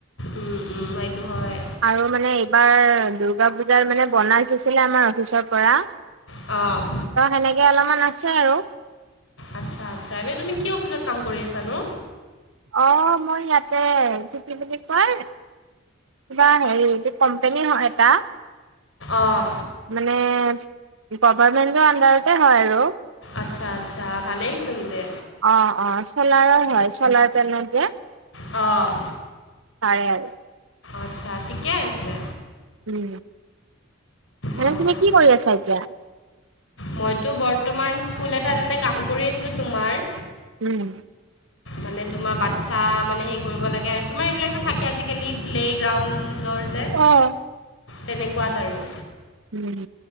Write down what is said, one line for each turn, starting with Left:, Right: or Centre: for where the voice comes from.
Left: উম, উম, সেইটো হয়
Right: আৰু মানে এইবাৰ দুৰ্গা পূজাৰ মানে বনাই থৈছিলে আমাৰ অফিচৰ পৰা।
Left: অ'।
Right: ত' সেনেকে অলমান আছে আৰু।
Left: আচ্ছা আচ্ছা এনে তুমি কি অফিচত কাম কৰি আছানো?
Right: অ', মই ইয়াতে এইটো বুলি কয় কিবা হেৰি যে কম্পেনী হয় এটা।
Left: অঁ
Right: মানে গভাৰমেন্টৰ আন্দাৰতে হয় আৰু।
Left: আচ্ছা আচ্ছা ভালেই চুন তে।
Right: অ', অ', চলাৰৰ হয় চলাৰ প্লেনেত যে।
Left: অ'।
Right: তাৰে আৰু
Left: আচ্ছা ঠিকে আছে।
Right: উম, মানে
Left: অঁ
Right: তুমি কি কৰি আছা এতিয়া?
Left: মইতো বৰ্তমান স্কুল এটাত এনে কাম কৰি আছিলোঁ তোমাৰ।
Right: উম।
Left: মানে তোমাৰ বাচ্ছা মানে হে কৰিব লাগে আৰু তোমাৰ এইবিলাক যে থাকে আজিকালি প্লেগ্ৰাউণ্ড দৌৰ যে
Right: অ'।
Left: তেনেকুৱাত আৰু।
Right: উম,